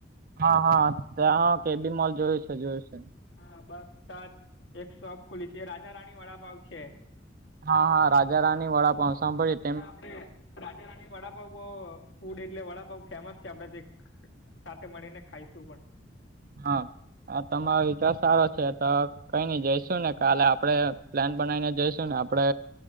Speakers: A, on the right (about 50°); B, on the left (about 85°).
A: હા હા ત્યાં કે બી મોલ જોયું છે જોયું છે.
B: હા બસ ત જ એક શોપ ખુલી છે રાજા રાણી વડા ભાવ છે.
A: હા હા રાજા રાની વડા પાંસમાં પડે
B: આપડે રાજધા વડાપાાવ બ ફૂડ એટલે વડાપાઉ ફેમસ છે આપડે સાથે મળીને ખાઈશું પણ
A: હા આ તમારો વિચાર સારો છે તો કઈ નઈ જઈશું ને કાલે આપણે પ્લાન બનાવીને જઈશું ને આપડે